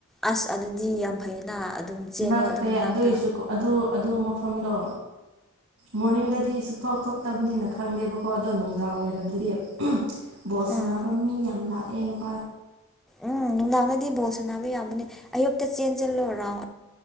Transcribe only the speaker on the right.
ꯅꯛꯈ꯭ꯔꯦ
ꯑꯗꯨꯏꯁꯨ ꯑꯗꯨ ꯑꯗꯨ ꯃꯐꯝꯗꯣ ꯃꯣꯔꯅꯤꯡꯗꯗꯤ ꯆꯨꯞꯊꯣꯛ ꯊꯣꯛꯇꯕꯅꯤꯅ ꯈꯪꯗꯦꯕꯀꯣ ꯑꯗꯣ ꯅꯨꯡꯗꯥꯡ ꯋꯥꯏꯔꯝꯗꯗꯤ ꯕꯣꯠ ꯁꯅꯥꯅꯕ
ꯃꯤ ꯌꯥꯝ ꯂꯥꯛꯑꯦ ꯅꯨꯄꯥ